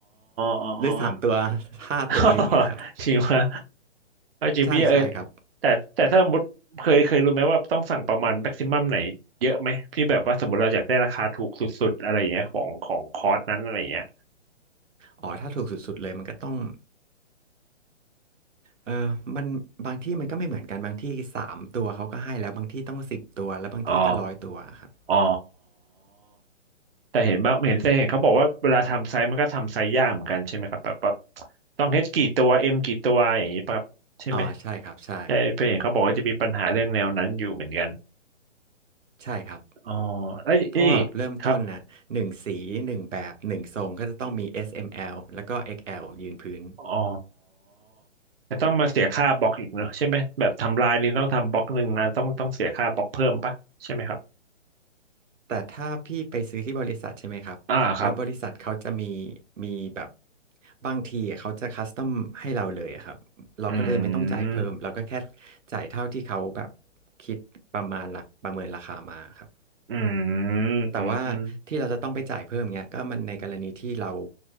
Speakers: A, on the right (about 50°); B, on the right (about 80°).
A: <laughs> อ๋ออ๋อ
B: หรือสามตัวห้าตัวอย่างเงี้ยครับ
A: <laughs> จริงว่าจริงพี่เออ
B: ใช่ใช่ครับ
A: แต่แต่ถ้าสมมติเคยเคยรู้ไหมว่าต้องสั่งประมาณแม็กซิมัมไหนเยอะไหมที่แบบว่าสมมติเราอยากได้ราคาถูกสุดๆอะไรอย่างเงี้ยของของคอร์สนั้นอะไรอย่างเงี้ย
B: อ๋อถ้าถูกสุดๆเลยมันก็ต้องเออมันบางที่มันก็ไม่เหมือนกันบางที่3ตัวเขาก็ให้แล้วบางที่ต้อง10ตัวแล้วบางที่ก็100ตัวอะครับ
A: อ๋ออ๋อ แต่เห็นบางเห็นแต่เห็นเขาบอกว่าเวลาทำไซส์มันก็ทำไซส์ยากเหมือนกันใช่ไหมครับแบบแบบต้องเฮดกี่ตัวเอ็มกี่ตัวอย่างนี้ปะครับใช่ไหม
B: อ๋อใช่ครับ ใช่
A: ใช่ไปเห็นเขาบอกว่าจะมีปัญหาเรื่องแนวนั้นอยู่เหมือนกัน
B: ใช่ครับ
A: อ๋อแล้วนี่
B: เพราะว่าแบบเริ่มต้นน่ะ1สี1แบบ1ทรงก็จะต้องมี
A: ครับ
B: S M L แล้วก็ XL ยืนพื้น
A: อ๋อแต่ต้องมาเสียค่าบล็อกอีกเนอะใช่ไหมแบบทำลายนี่ต้องทำบล็อกหนึ่งอันต้องต้องเสียค่าบล็อกเพิ่มปะใช่ไหมครับ
B: แต่ถ้าพี่ไปซื้อที่บริษัทใช่ไหมครับแล้วบริษัทเขาจะมี
A: อ่าครับ
B: มีแบบบางทีเขาจะคัสตอมให้เราเลยอะครับ เราก็เลยไม่ต้องจ่ายเพิ่มเราก็แค่
A: อืม
B: จ่ายเท่าที่เขาแบบคิดประมาณราประเมินราคามาครับ
A: อืมอืมอืม
B: แต่ว่าที่เราจะต้องไปจ่ายเพิ่มเงี้ยก็มันในกรณีที่เรา